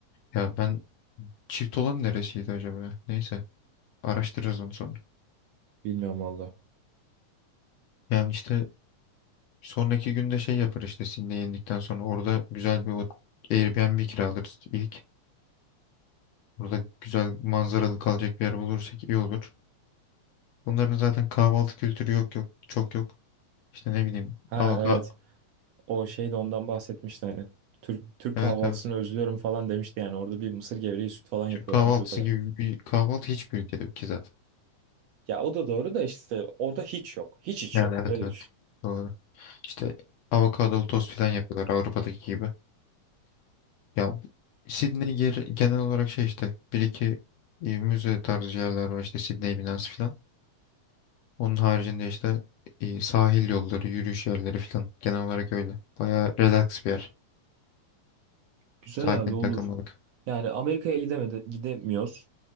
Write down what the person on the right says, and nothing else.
Bilmiyorum valla.
Ha
evet. O şey de ondan bahsetmişti hani. Türk Türk
kahvaltısını
özlüyorum falan demişti yani. Orada bir mısır gevreği süt falan
yapıyorlarmış
o kadar.
Ya o da doğru da işte orada hiç yok. Hiç hiç
yok.
Öyle
düşün.
Güzel
abi olur.
Yani Amerika'ya gidemedi, gidemiyoruz.